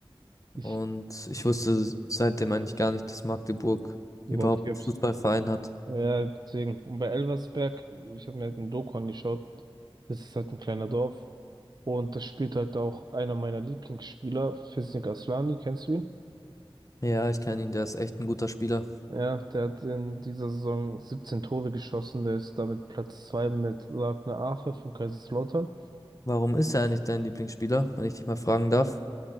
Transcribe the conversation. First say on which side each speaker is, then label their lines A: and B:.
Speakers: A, on the right; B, on the left.
A: ich
B: Und ich wusste seitdem eigentlich gar nicht, dass Magdeburg
A: Überhaupt
B: überhaupt
A: gibt.
B: einen Fußballverein hat.
A: ja, deswegen. Und bei Elversberg, ich habe mir halt ein Doku angeschaut, das ist halt ein kleiner Dorf. Und das spielt halt auch einer meiner Lieblingsspieler, Fisnik Aslani, kennst du ihn?
B: Ja, ich kenne ihn, der ist echt ein guter Spieler.
A: Ja, der hat in dieser Saison 17 Tore geschossen, der ist damit Platz 2 mit Ragnar Ache von Kaiserslautern.
B: Warum ist er eigentlich dein Lieblingsspieler, wenn ich dich mal fragen darf?